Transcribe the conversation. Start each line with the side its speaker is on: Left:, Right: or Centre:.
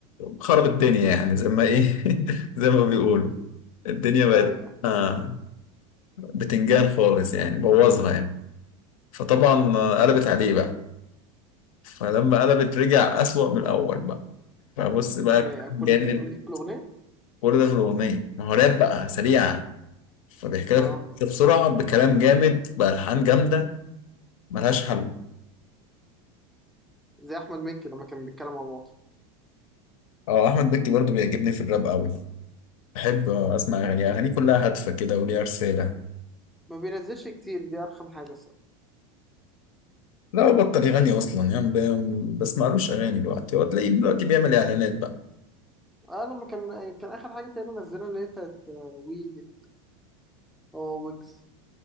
Left: خرب الدنيا يعني زي ما ايه <laughs> زي ما بيقولوا الدنيا بقت
Centre: ايوه
Left: آه، بتنجان خالص يعني بوظها يعني فطبعا آه، قلبت عليه بقى فلما قلبت رجع أسوأ من الأول بقى فبص بقى
Centre: ايه
Left: كلام
Centre: كل
Left: جامد
Centre: دي كل دي في الأغنية؟
Left: كل ده في الأغنية ما هو راب بقى سريعة فبيحكي لك
Centre: اه
Left: بسرعة بكلام جامد بألحان جامدة ملهاش حل
Centre: زي أحمد مكي لما كان بيتكلم عن الوطن
Left: اه أحمد مكي برضو بيعجبني في الراب قوي بحب آه، أسمع أغانيه أغانيه كلها هادفة كده وليها رسالة
Centre: ما بينزلش كتير دي أرخم حاجة الصراحة
Left: لا هو بطل يغني أصلا يعني ب- بسمعلوش أغاني دلوقتي هو تلاقيه دلوقتي بيعمل إعلانات بقى
Centre: اه لما كان كان اخر حاجه تقريبا نزلها اللي هي بتاعت آه، وي هو ويجز